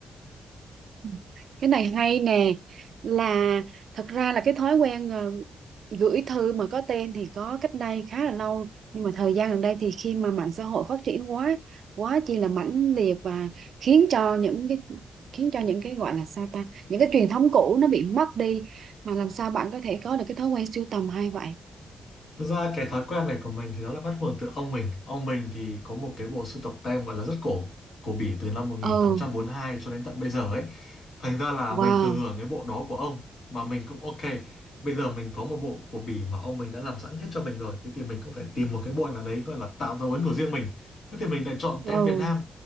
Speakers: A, on the right; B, on the left.
A: Ừ. cái này hay nè là thật ra là cái thói quen ờ, gửi thư mà có tên thì có cách đây khá là lâu nhưng mà thời gian gần đây thì khi mà mạng xã hội phát triển quá quá chi là mãnh liệt và khiến cho những cái khiến cho những cái gọi là sao ta những cái truyền thống cũ nó bị mất đi mà làm sao bạn có thể có được cái thói quen sưu tầm hay vậy
B: Thực ra cái thói quen này của mình thì nó là bắt nguồn từ ông mình. Ông mình thì có một cái bộ sưu tập tem gọi là rất cổ của Bỉ từ năm 1842
A: ừ
B: cho đến tận bây giờ ấy. Thành ra là
A: wow
B: mình thừa hưởng cái bộ đó của ông mà mình cũng ok. Bây giờ mình có một bộ của Bỉ mà ông mình đã làm sẵn hết cho mình rồi. Thế thì mình cũng phải tìm một cái bộ nào đấy gọi là tạo dấu ấn của riêng mình. Thế thì mình lại chọn tem
A: ừ
B: Việt Nam.